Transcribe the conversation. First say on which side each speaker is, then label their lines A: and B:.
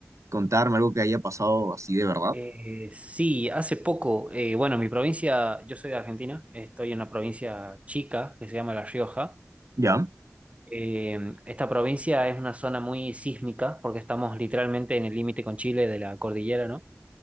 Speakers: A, on the right; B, on the right.
A: contarme, algo que haya pasado así de verdad.
B: Eh, sí, hace poco, eh, bueno, mi provincia, yo soy de Argentina, estoy en una provincia chica que se llama La Rioja.
A: Ya,
B: Eh, esta provincia es una zona muy sísmica porque estamos literalmente en el límite con Chile de la cordillera, ¿no?